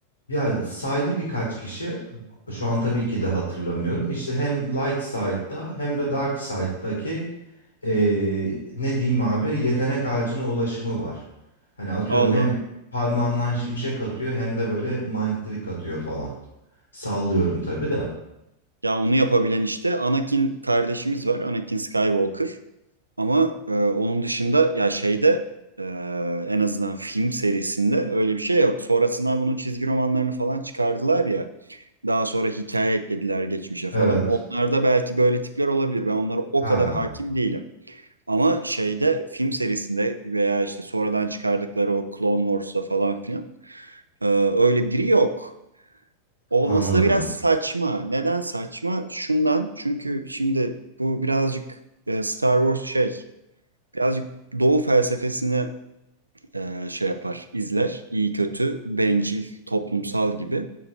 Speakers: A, on the left; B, on the right.
A: Yani saydı birkaç kişi. Şu an tabii ki de hatırlamıyorum. İşte hem Light Side'da hem de Dark Side'daki eee, ne diyeyim abi yetenek ağacına ulaşımı var. Hani atıyorum
B: Allah
A: hem
B: Allah.
A: parmağından şimşek atıyor hem de böyle mind trick atıyor falan. Sallıyorum tabii de.
B: Ya onu yapabilen işte Anakin kardeşimiz var. Anakin Skywalker. Ama e, onun dışında ya şeyde e, en azından film serisinde öyle bir şey yok. Sonrasında bunun çizgi romanlarını falan çıkardılar ya. Daha sonra hikaye eklediler geçmişe
A: Evet.
B: falan. Onlarda belki böyle tipler olabilir. Ben onlara o
A: Ha,
B: kadar hakim değilim. Ama şeyde film serisinde veya işte sonradan çıkardıkları o Clone Wars'ta falan filan e, öyle biri yok. Olması
A: anladım.
B: da biraz saçma. Neden saçma? Şundan çünkü şimdi bu birazcık e, Star Wars şey birazcık Doğu felsefesini e, şey yapar, izler. İyi kötü, bencil, toplumsal gibi.